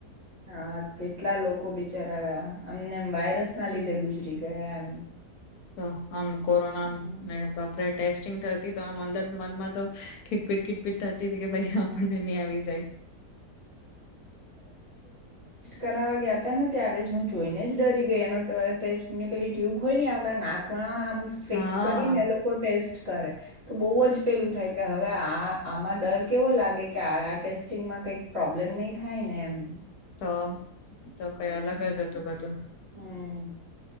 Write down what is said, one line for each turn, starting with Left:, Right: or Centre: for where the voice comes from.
Right: હા, કેટલા લોકો બિચારા અમનેમ વાયરસ ના લીધે ગુજરી ગયા એમ.
Left: તો. આમ કોરોના
Right: હમ.
Left: આમ <unintelligible> ટેસ્ટિંગ થતી તો આમ અંદર મનમાં તો ખીટપીટ ખીટપીટ થતી હતી કે ભાઈ આપણને નહી આવી જાય.
Right: કરાવા ગ્યાતા ને ત્યારે જ હું જોઈને જ ડરી ગઈ. એનો ટેસ્ટની પેલી ટ્યુબ હોય આપણા નાકમા ફિક્સ
Left: હા
Right: કરી ને એ લોકો ટેસ્ટ કરે. તો બવ જ પેલું થાય. કે હવે આ આમાં ડર કેવો લાગે કે આ આ ટેસ્ટિંગમાં કંઈક પ્રોબ્લેમ નહી થાય ને એમ.
Left: તો. તો કંઈ અલગ
Right: હમ
Left: જ હતું બધું.
Right: હમ